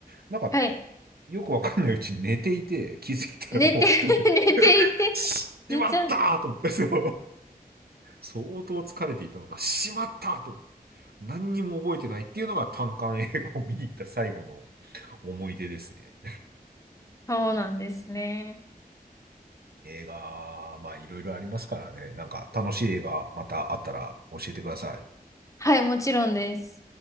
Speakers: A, on the right; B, on the left.
A: なんか、
B: はい。
A: よくわかんないうちに寝ていて、気づいたら終わってて、
B: 寝て <laughs> 寝ていて。
A: <laughs> しまったーと思って、
B: 寝ちゃう。
A: そう。相当疲れていたのか、しまったーと思って、何にも覚えてないっていうのが、単館映画を見に行った最後の思い出ですね。
B: そうなんですね。
A: 映画、まあいろいろありますからね。なんか楽しい映画またあったら教えてください。
B: はい、もちろんです。